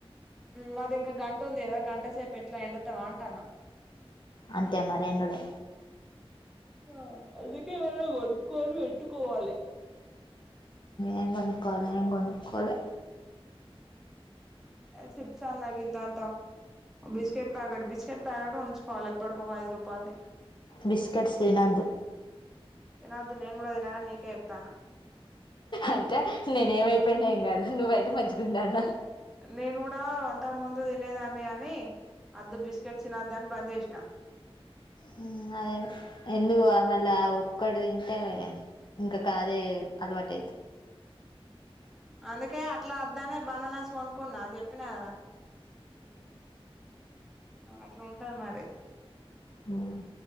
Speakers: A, in the centre; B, on the left.
A: మాది ఇంక గంటుంది గదా గంట సేపు ఎట్లా ఎండుతవ అంటన్నా
B: అంతే మరి ఎండుడె
A: ఆహ్ అందుకే ఎవ్వన కొనుక్కొని పెట్టుకోవాలి
B: ఏం గోనుక్కోవాలి ఏం గోనుక్కోలె
A: చిప్స్ అన్న గింతంత బిస్కెట్ ప్యాకెట్ బిస్కెట్ ప్యాకెట్ ఉంచుకోవాలి ఎప్పడ్కి ఒక ఐదు రూపాయలది
B: బిస్కెట్స్ తినొద్దు
A: తినొద్దు నేన్ గూడ దిన గాని నీకే జెప్తాన్న
B: అంటే నేనేమైపోయిన ఏం గాదు నువ్వైతే మంచిగుండాలన
A: నేను గూడా అంతకుముందు తినేదాన్ని గాని అద్దు బిస్కెట్ తినద్ అని బంద్ జేషిన
B: హ్మ్ అదే అదే ఎందుకు లే మళ్ళ ఆహ్ ఒక్కడ్ తింటే ఇంకా కారె అలవాటైతది
A: అందుకే అట్లా అద్దానే బనానాస్ కొనుకున్నా జెప్పినా గదా అట్ల ఉంటది మరి
B: హ్మ్